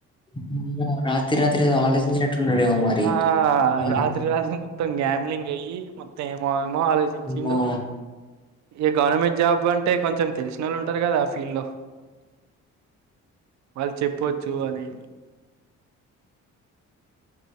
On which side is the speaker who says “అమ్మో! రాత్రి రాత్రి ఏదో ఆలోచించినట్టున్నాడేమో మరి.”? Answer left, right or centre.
Left